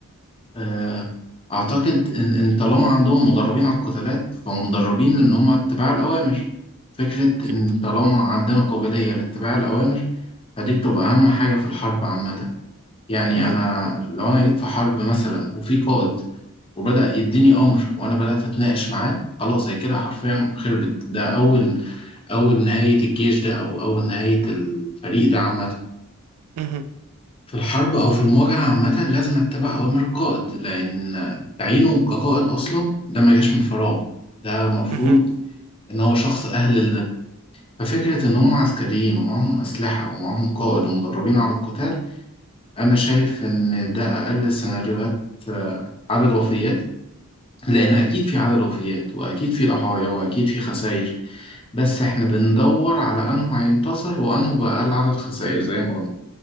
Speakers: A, on the left; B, on the right.
A: آه، أعتقد إن إن طالما عندهم مدربين على القتالات فمدربين لأن هم اتباع الأوامر فكرة
B: اكيد
A: إن طالما عندنا قابلية لاتباع الأوامر فدي بتبقى أهم حاجة في الحرب عامة يعني
B: مهم.
A: أنا لو أنا جيت في حرب مثلا وفي قائد وبدأ يديني أمر وأنا بدأت أتناقش معاه خلاص هي كده حرفيا خربت ده أول أول نهاية الجيش ده أو أول نهاية الفريق ده عامة
B: مهم.
A: في الحرب أو في المواجهة عامة لازم أتبع أوامر القائد لأن تعيينه كقائد أصلا ده ما جاش من فراغ ده مفروض
B: مهم.
A: إن هو شخص أهل لده ففكرة إن هم عسكريين ومعهم أسلحة ومعهم قائد ومدربين على القتال أنا شايف إن ده أقل السيناريوهات آه، عدد وفيات لأن أكيد في عدد وفيات وأكيد في ضحايا وأكيد في خسائر بس احنا بندور على انه هينتصر وانه بقى أقل عدد خسائر زي ما قلنا